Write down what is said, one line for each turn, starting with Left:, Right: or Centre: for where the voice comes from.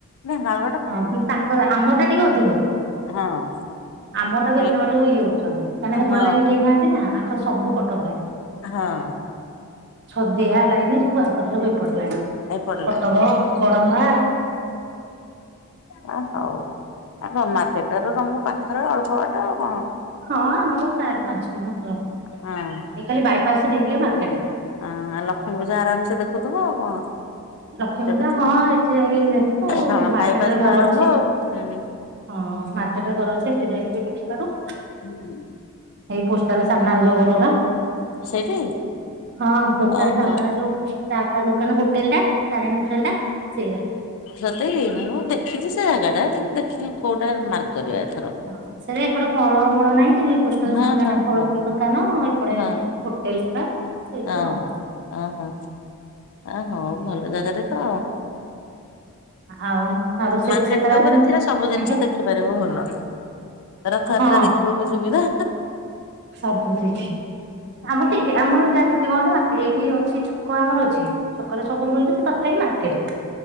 Left: ବିନ
Right: ହଁ ତାଙ୍କର ଆମ ଟା ଟିକେ ଅଧିକ
Left: ହଁ
Right: ଆମଟାକୁ
Left: ସେଇଟା
Right: ଏତେ ବାଟକୁ ଇଏ ହଉଛନ୍ତି। କଣ ନା
Left: ହଁ
Right: ହେପଟ ଲାଇନ କେହି ଥାନ୍ତି ନା ଆଙ୍କର ସବୁ କଟକ ଲାଇନ।
Left: ହଁ
Right: ଛଦିଆ
Left: ହଁ
Right: ଲାଇନି ସବୁ ଆଙ୍କର ସବୁ ଏପଟ ଲାଇନ
Left: ଏପଟ
Right: କଟକ
Left: ଲାଇନ୍ ରେ
Right: ବଡମ୍ବା।
Left: ହଁ ହଉ ଆ ତମାକଟର ତ ତମକୁ ପାଖରେ ଅଳ୍ପ ବାଟ ଆଉ କଣ।
Right: ହଁ ଆମର ଚାର ପାଞ୍ଚ କିଲୋମିଟର
Left: ହଁ
Right: ଖାଲି ବାଇପାସ ଡେଇଲେ ମାର୍କେଟ।
Left: ହଁ ଆଉ ଲକ୍ଷ୍ମୀ ପୂଜା ଆରାମସେ ଦେଖୁଥିବ ଆଉ କଣ।
Right: ଲକ୍ଷ୍ମୀ
Left: ସେଠୁ
Right: ପୂଜା
Left: ତ
Right: ହଁ ଏଠି ଯାଇକି ଦେଖୁ
Left: ହଁ
Right: ମାର୍କେଟ
Left: ବାଇପାସ
Right: ରେ ଘର
Left: ରୁ ଆରମ୍ଭ
Right: ଅଛି।
Left: ଆଉ ହୁଁ
Right: ହଁ ମାର୍କେଟରେ ଘର ଅଛି ଏଠି ଯାଇକି ବି ଦେଖିପାରୁ।
Left: <unintelligible>
Right: ଏଇ ପୋଷ୍ଟାଲା ସାମ୍ନା ରେ ଯୋଉ ଘର ଗୁରା।
Left: ସେଇଠି
Right: ହଁ ପୋଷ୍ଟାଲ
Left: ଓହୋ
Right: ସାମ୍ନା ରେ ଯୋଉ ଚା ଫା ଦୋକାନ ହୋଟେଲଟା ତାରିଣୀ ହୋଟେଲଟା ସେ।
Left: ସତେକି ମୁଁ ଦେଖିଛି ସେ ଜାଗା ଟା କିନ୍ତୁ ଦେଖି କୋଉଟା ମାର୍କ କରିବା ଏଥର।
Right: ହଁ ସେଟ ଏପଟେ ଫଳମୂଳ ନାହିଁ ପୋଷ୍ଟାଲ
Left: ହଁ
Right: ସାମ୍ନା
Left: ହଁ
Right: ଟା ଫଳ
Left: ହଁ
Right: ଫଳ ଦୋକାନ ଏପଟେ
Left: ହଁ
Right: ହୋଟେଲ ଟା। ସେଇଠି
Left: ହଁ
Right: ଆଉ
Left: ଓହୋ ଆ ହୋ ଭଲ ଜାଗାରେ ତ।
Right: ଆଉ ଆଉ ରୋଷେଇ
Left: ମାର୍କେଟ
Right: ଫୋଷେଇ ତାର
Left: ଉପରେ
Right: ଯୋଉ
Left: ଥିଲା ସବୁ ଜିନିଷ
Right: ଆଜ୍ଞା
Left: ଦେଖି ପାରିବ ଭଲ। ରଥଯାତ୍ରା
Right: ହଁ
Left: ଦେଖିବ ବି ସୁବିଧା।
Right: ସବୁ କିଛି।
Left: ହୁଁ
Right: ଆମ ଟିକେ ଆମର ଯାହା ଟିକେ କଣ କହିଲୁ ବାଙ୍କେ ହେଇକି ଅଛି ଛକ ଆମର ଅଛି। ଛକରେ ସବୁ ମିଳୁଛି ତଥାପି ମାର୍କେଟରେ